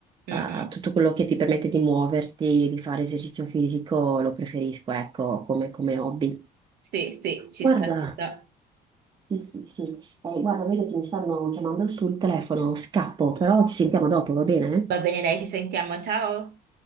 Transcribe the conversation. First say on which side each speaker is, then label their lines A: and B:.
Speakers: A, on the right; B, on the right.
A: Mm,
B: Eh,
A: mm.
B: tutto quello che ti permette di muoverti, di fare esercizio fisico, lo preferisco, ecco, come, come hobby.
A: Sì, sì, ci
B: Guarda,
A: sta, ci sta.
B: Sì, sì, sì. Eh, guarda, vedo che mi stanno chiamando sul telefono, scappo, però ci sentiamo dopo, va bene?
A: Va bene, dai, ci sentiamo. Ciao.